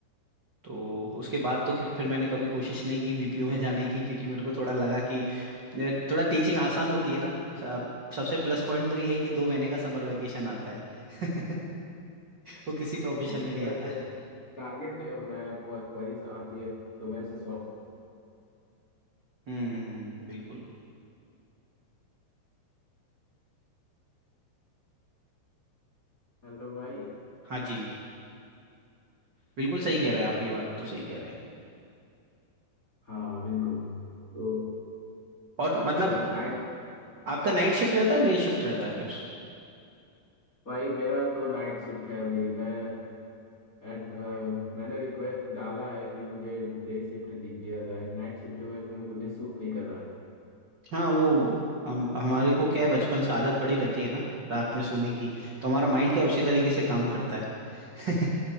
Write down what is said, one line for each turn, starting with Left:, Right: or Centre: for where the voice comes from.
Right: तो उसके बाद तो फिर फिर मैंने कभी कोशिश नहीं की बीपीओ में जाने की क्योंकि मेरे को थोड़ा लगा कि ये थोड़ा टीचिंग आसान होती है ना स- आप- सबसे प्लस पॉइंट तो ये है कि दो महीने का समर वैकेशन आता है <laughs> वो किसी प्रोफेशन
Left: तो
Right: में
Left: मेरा
Right: नहीं आता
Left: ऐसा टारगेट तो है मैं क्वेरीज आती है तो मैं उसे सॉल्व
Right: हम्म हम्म हम्म, बिल्कुल
Left: हेलो भाई
Right: हाँ जी बिल्कुल सही कह रहे हैं आप ये बात तो सही कह रहे हैं
Left: हाँ बिल्कुल तो
Right: और मतलब
Left: ये नाइट
Right: आपका नाइट शिफ्ट रहता है डे शिफ्ट रहता है फिर
Left: भाई मेरा तो नाइट शिफ्ट है अभी मैं at- अ, मैंने रिक्वेस्ट डाला है कि मुझे डे शिफ्ट दिया जाए नाइट शिफ्ट में मुझे सूट नहीं कर रहा है
Right: हाँ वो हम हमारे को क्या है बचपन से आदत पड़ी रहती है ना रात में सोने की तो हमारा माइंड क्या है, उसी तरीके से काम करता है